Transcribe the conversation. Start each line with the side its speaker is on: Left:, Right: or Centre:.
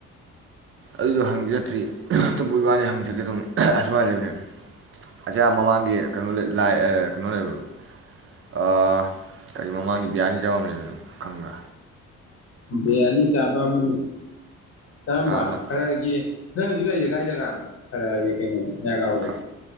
Right: ꯑꯗꯨꯗꯣ ꯍꯪ ꯌꯥꯇ꯭ꯔꯤ <unintelligible> ꯨꯃꫭꯏꯕꯥꯅꯤ ꯍꯪ <unintelligible> ꯑꯗꯨꯝ ꯑ ꯑꯁꯨꯋꯥꯏ ꯂꯩꯕꯅꯦ ꯑꯁꯦ ꯑ ꯃꯃꯥꯡꯒꯤ ꯀꯩꯅꯣ ꯂꯩ ꯂꯥꯏ ꯑ ꯀꯩꯅꯣ ꯂꯩꯕꯗꫭ ꯑ ꯀꯔꯤ ꯃꯃꯥꯡꯒꯤ ꯕꯤꯌꯥꯅꯤ ꯆꯥꯕꯝ ꯂꯩꯕꯗꫭ ꯈꯪꯕ꯭ꯔꯥ
Left: ꯕꯤꯌꯥꯅꯤ ꯆꯥꯚꯝ ꯀꯔꯝꯕ
Right: ꯑꯃ
Left: ꯈꯔꯒꯤ ꯅꯪ ꯍꯧꯖꯤꯛ ꯂꯩꯁꯦ ꯀꯥꯏ ꯖꯒꯥ ꯅꫭ <unintelligible> ꯀꯩꯅꯣ ꯅꯥꯒꯥꯎꯒꯤ
Right: ꯍ